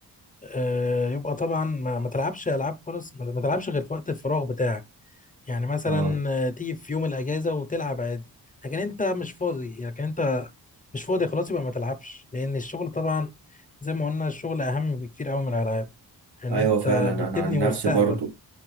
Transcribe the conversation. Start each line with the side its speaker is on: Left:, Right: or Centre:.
Left: آه، يبقى طبعا ما, ما تلعبش العاب خالص ما, ما تلعبش غير في وقت الفراغ بتاعك يعني مثلا
Right: اه
Left: آه، تيجي في يوم الاجازه وتلعب عادي لكن انت مش فاضي لكن انت مش فاضي خلاص يبقى ما تلعبش لان الشغل طبعا زي ما قلنا الشغل اهم بكتير قوي من الالعاب ان
Right: أيوة
Left: انت
Right: فعلا
Left: بتبني
Right: أنا عن نفسي
Left: مستقبل
Right: برضو